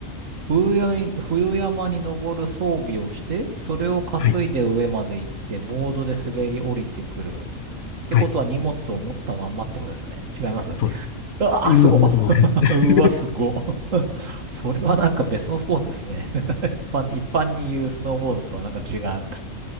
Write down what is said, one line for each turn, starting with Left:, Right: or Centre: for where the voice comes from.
Right: 冬山に、冬山に登る装備をして、それを担いで上まで行って、
Left: はい。
Right: ボードで滑り降りてくる。ってことは荷物を持ったまんまってことですよね。
Left: はい。
Right: 違いますう
Left: そうです。
Right: わー、
Left: 荷物持ってもらえる。
Right: すごっ。<laughs> うわ、
Left: <laughs>
Right: すごっ。<laughs> それはなんか別のスポーツですね。<laughs> 一般、一般に言うスノーボードとはなんか違う。